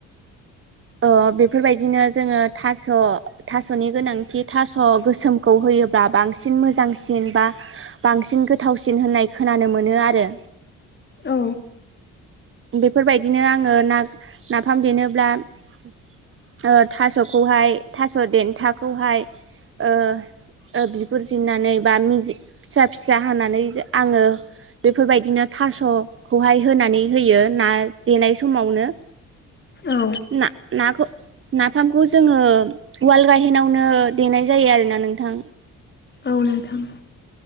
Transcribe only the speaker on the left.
औ
औ
औ नोंथां